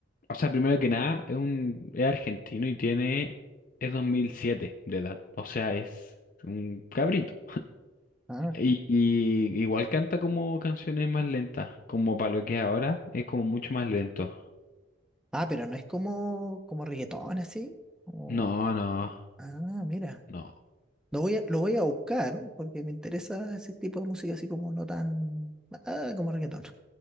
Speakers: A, on the left; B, in the centre.
A: o sea, primero que nada, es un, es argentino y tiene, es 2007 de edad, o sea, es un cabrito.
B: Ah,
A: Y, y igual canta como canciones más lentas, como para lo que es ahora, es como mucho más lento.
B: ah, pero no es como, como reggaetón así. Como-
A: No, no,
B: Ah, mira.
A: no,
B: Lo voy a, lo voy a buscar porque me interesa ese tipo de música así como no tan. Ah, como reggaetón.